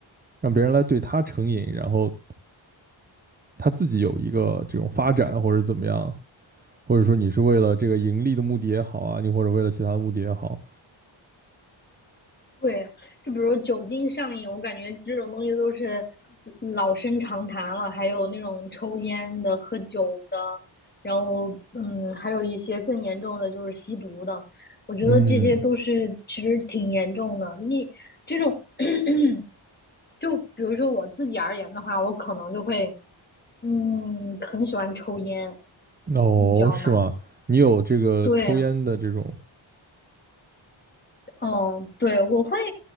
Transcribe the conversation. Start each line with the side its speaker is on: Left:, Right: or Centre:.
Right: 让别人来对他成瘾，然后他自己有一个这种发展或者怎么样，或者说你是为了这个盈利的目的也好啊，你或者为了其他的目的也好，
Left: 对，就比如酒精上瘾，我感觉这种东西都是老生常谈了。还有那种抽烟的、喝酒的，然后嗯，还有一些更严重的就是吸毒的。我觉得这些都是其实挺严重的。
Right: 嗯，
Left: 你这种，<clears throat> 就比如说我自己而言的话，我可能就会嗯，很喜欢抽烟，
Right: 哦，
Left: 你知道吗？
Right: 是吗？你有这个抽烟的这种
Left: 对，嗯，对，我会，